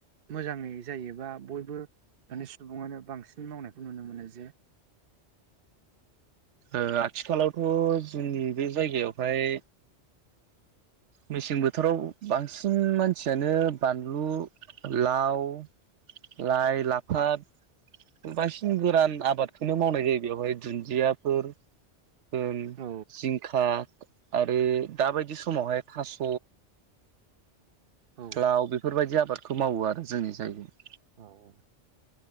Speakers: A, on the right (about 55°); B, on the right (about 90°).
A: मोजाङै जायोबा बयबो माने सुबुङानो बांसिन मावनायखौ नुनो मोनो जे
B: आरो आथिखालावथ' जोंनि बे जायगायावहाय मेसें बोथोराव बांसिन मानसियानो बानलु लाव लाइ लाफात बांसिन गोरान आबादखौनो मावनाय जायो बेवहाय दुन्दियाफोर होन
A: औ
B: जिंखा आरो दाबायदि समावहाय थास'
A: औ
B: लाव बेफोरबायदि आबादखौ मावो आरो जोंनि जायगायाव
A: औ औ